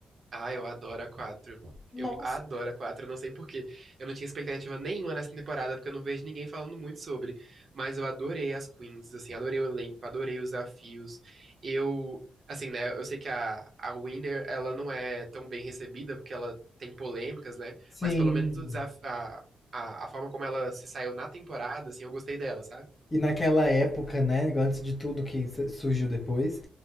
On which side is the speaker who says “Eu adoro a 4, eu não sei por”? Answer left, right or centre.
Right